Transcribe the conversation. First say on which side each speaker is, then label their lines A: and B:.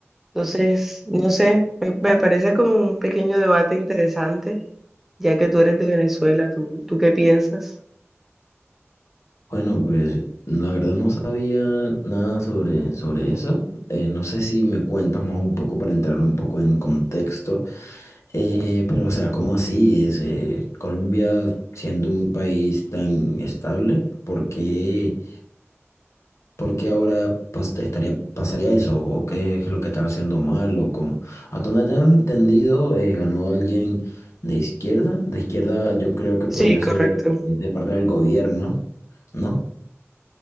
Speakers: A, in the centre; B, on the left.
A: Entonces, no sé, me, me parece como un pequeño debate interesante, ya que tú eres de Venezuela, ¿tú, tú qué piensas?
B: Bueno, pues la verdad no sabía nada sobre, sobre eso. Eh, no sé si me cuentas más un poco para entrar un poco en contexto. Eh, pero, o sea, ¿cómo así? Es, eh, Colombia siendo un país tan estable, ¿por qué, por qué ahora pas- estaría, pasaría eso? ¿O qué es lo que están haciendo mal? ¿O cómo? Hasta donde tengo entendido, eh, ganó alguien de izquierda. De izquierda yo creo que podría
A: Sí, correcto.
B: ser eh, de parte del gobierno, ¿no?